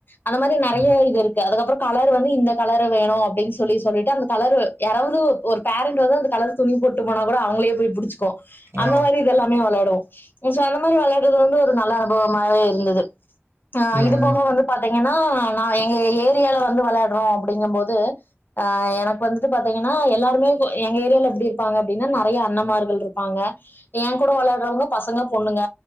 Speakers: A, on the left; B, on the right.
A: அந்த மாரி நறைய
B: ம்
A: இது இருக்கு அதுக்கப்ரோ கலர் வந்து இந்த கலர் வேணு அப்டின்னுஸ் சொல்லி சொல்லிட்டு அந்த கலர் யாராவது ஒரு பேரண்ட் வந்து அந்த கலர் துணி போட்டு போனா கூட அவங்களையே போய்புடுச்சுக்கோ அந்த
B: ஆ
A: மாரி இதல்லாமே வெளாடுவோ சோ அந்த மாரி வெளாட்றது வந்து ஒரு நல்ல அனுபவமாவே இருந்துது ஆ
B: ம்
A: இது
B: ம்
A: போக வந்து பாத் பாத்தீங்கன்னா நா எங்க ஏரியால வந்து வெளாட்ரோ அப்படிங்குபோது ஆ எனக்கு வந்துட்டு பாத்தீங்கன் நா எல்லாருமே போ எங்க ஏரியல எப்டி இருப்பாங்க அப்டின்னா நெறைய அண்ணமார்கள்ருப்பாங்க என் கூட வெளாட்ராவங்க பசங்க பொண்ணுங்க